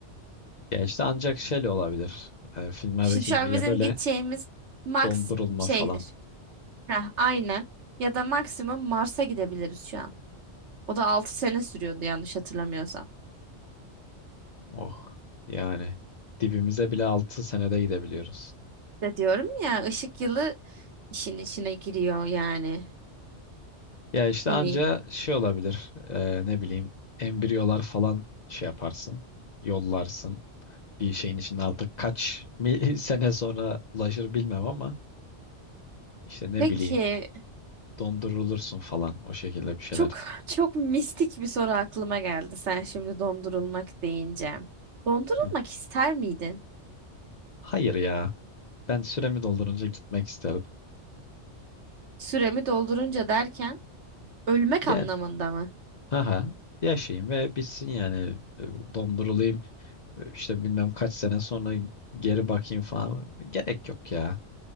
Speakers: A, on the left; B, on the right.
A: Ya işte ancak şeyle olabilir. E, filmlerdeki
B: Şimdi şu
A: gibi
B: an
A: ya
B: bizim
A: böyle
B: gideceğimiz max
A: dondurulma
B: şeydir.
A: falan.
B: Heh, aynen. Ya da maksimum Mars'a gidebiliriz şu an. O da 6 sene sürüyordu yanlış hatırlamıyorsam.
A: Oh yani dibimize bile 6 senede gidebiliyoruz.
B: De diyorum ya ışık yılı işin içine giriyor yani.
A: Ya işte
B: Hani
A: anca şey olabilir. E, ne bileyim embriyolar falan şey yaparsın. Yollarsın. Bir şeyin içinde artık kaç mi- <laughs> sene sonra ulaşır bilmem ama işte ne
B: peki
A: bileyim dondurulursun falan o şekilde bir şeyler.
B: çok çok mistik bir soru aklıma geldi sen şimdi dondurulmak deyince. Dondurulmak
A: Hı.
B: ister miydin?
A: Hayır ya. Ben süremi doldurunca gitmek isterim.
B: Süremi doldurunca derken Ölmek
A: Yani
B: anlamında mı?
A: haha yaşayayım ve bitsin yani E, dondurulayım E, işte bilmem kaç sene sonra geri bakayım falan gerek yok ya.